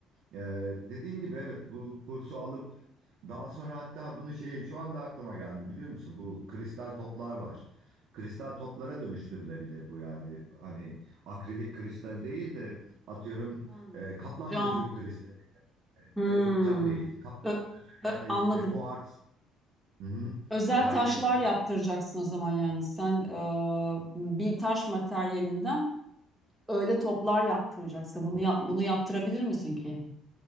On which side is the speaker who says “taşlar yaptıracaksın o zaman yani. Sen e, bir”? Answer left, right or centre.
Centre